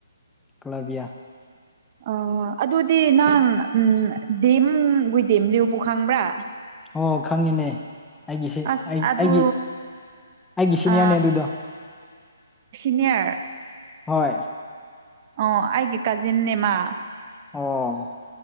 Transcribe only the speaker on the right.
ꯑꯧ ꯑꯗꯨꯗꯤ ꯅꯪ ꯎꯝ ꯗꯤꯝ ꯋꯤꯗꯤꯝꯂꯤꯌꯨꯕꯨ ꯈꯪꯕ꯭ꯔꯥ
ꯑꯁ
ꯑꯗꯨ
ꯑ
ꯁꯤꯅꯤꯌꯔ
ꯑꯣ ꯑꯩꯒꯤ ꯀꯖꯤꯟꯅꯦ ꯃꯥ